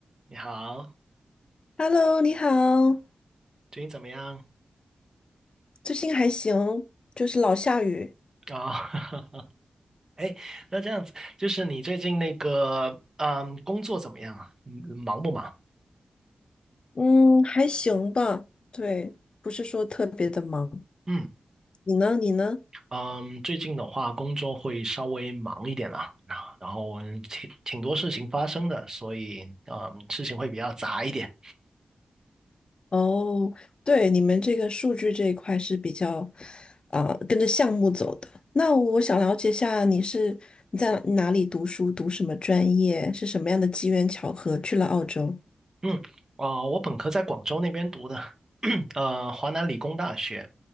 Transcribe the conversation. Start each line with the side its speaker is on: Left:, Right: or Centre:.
Right: 你好，
Left: Hello，你好，
Right: 最近怎么样？
Left: 最近还行，就是老下雨，
Right: 哦，<laughs> 哎，那这样子，就是你最近那个，嗯，工作怎么样啊？嗯忙不忙？
Left: 嗯，还行吧，对，不是说特别的忙。
Right: 嗯
Left: 你呢？你呢？
Right: 嗯，最近的话，工作会稍微忙一点啦，然后挺挺多事情发生的，所以嗯，事情会比较杂一点。
Left: 哦，对，你们这个数据这一块是比较，啊、跟着项目走的。那我想了解一下，你是你在哪里读书，读什么专业，是什么样的机缘巧合去了澳洲？
Right: 嗯，啊、我本科在广州那边读的，<clears throat> 呃，华南理工大学，